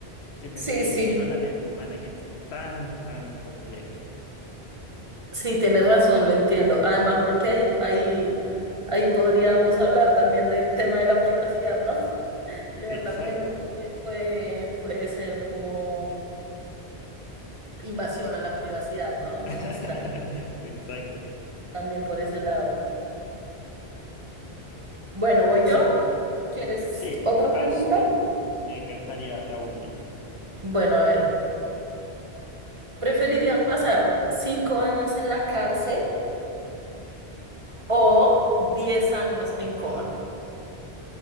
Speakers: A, on the left; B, on the right.
A: que meterme
B: sí, sí,
A: de lleno a la mente humana que es tan, tan compleja.
B: sí, tienes razón, lo entiendo. Además, porque ahí, ahí, ahí podríamos hablar también del tema de la privacidad, ¿no? <laughs> Leer
A: Exacto.
B: las mentes puede, puede, puede ser como invasión a la privacidad, ¿no? Entonces,
A: <laughs>
B: claro,
A: Exacto.
B: también por ese lado. Bueno, voy
A: Sí,
B: yo. ¿Quieres
A: sí,
B: otra
A: vas
B: pregunta?
A: tú. Me encantaría la última.
B: Bueno, a ver. ¿Preferirías pasar cinco años en la cárcel o diez años en coma?